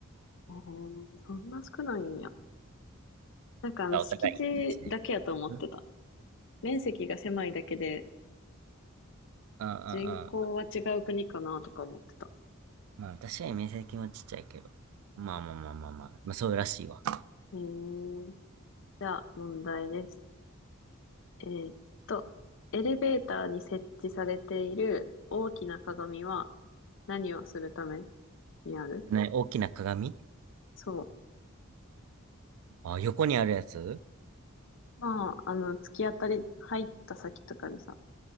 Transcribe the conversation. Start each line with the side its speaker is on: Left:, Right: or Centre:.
Left: えー、そんな少ないんや。なんかあの、
Right: じゃあ、
Left: 敷地だけやと思ってた。
Right: お互いいちいちね。ん
Left: 面積が狭いだけで、
Right: ああ、
Left: 人口は違う国かなとか思ってた。
Right: ああ。まあ、私は面積もちっちゃいけど。まあまあまあまあまあ。まあ、そうらしいわ。
Left: えー、じゃあ、問題です。えーっと、エレベーターに設置されている大きな鏡は何をするためにある
Right: ね、大きな鏡
Left: そう。
Right: あ、横にあるやつ
Left: まあ、あの、突き当たり、入った先とかにさ、